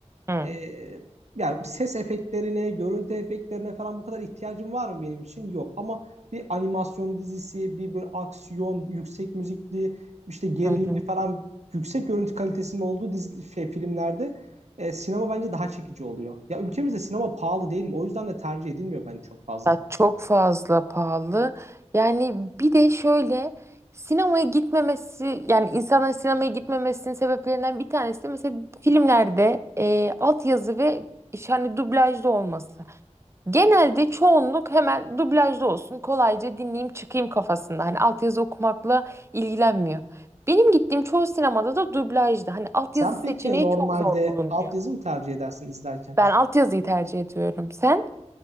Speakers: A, on the right; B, on the right.
A: Hı.
B: e, yani ses efektlerine, görüntü efektlerine falan bu kadar ihtiyacım var mı benim için? Yok. Ama bir animasyon dizisi, bir böyle aksiyon, yüksek müzikli, işte gerilimli
A: Hı hı.
B: falan yüksek görüntü kalitesinin olduğu dizi, şey, filmlerde e, sinema bence daha çekici oluyor. Ya ülkemizde sinema pahalı değil mi? O yüzden de tercih edilmiyor bence çok fazla.
A: Ya çok fazla pahalı. Yani bir de şöyle sinemaya gitmemesi yani insanların sinemaya gitmemesinin sebeplerinden bir tanesi de mesela filmlerde e, altyazı ve iş- hani dublajlı olması. Genelde çoğunluk hemen dublajlı olsun kolayca dinleyeyim çıkayım kafasında. Hani altyazı okumakla ilgilenmiyor. Benim gittiğim çoğu sinemada da dublajdı. Hani altyazı
B: Sen
A: seçeneği
B: peki normalde
A: çok zor bulunuyor.
B: altyazı mı tercih edersin izlerken?
A: Ben altyazıyı tercih ediyorum. Sen?